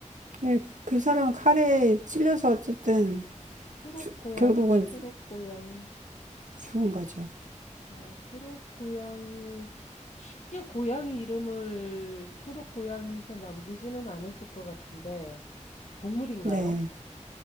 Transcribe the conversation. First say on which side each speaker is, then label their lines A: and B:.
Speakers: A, on the right; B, on the left.
A: 근데 그 사람은 칼에 찔려서 어쨌든
B: 초록
A: 주,
B: 고양이,
A: 결국은
B: 초록 고양이,
A: 죽은 거죠.
B: 어, 초록 고양이, 쉽게 고양이 이름을 초록 고양이 해서 남기지는 않았을 것 같은데, 동물인가요?
A: 네.